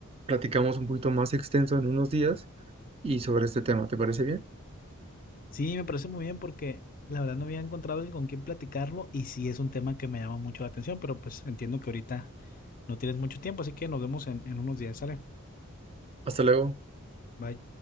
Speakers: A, on the right; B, on the left.
A: platicamos un poquito más extenso en unos días y sobre este tema. ¿Te parece bien?
B: Sí, me parece muy bien porque la verdad no había encontrado alguien con quien platicarlo y sí es un tema que me llama mucho la atención, pero pues entiendo que ahorita No tienes mucho tiempo, así que nos vemos en, en unos días. Sale.
A: Hasta luego.
B: Bye.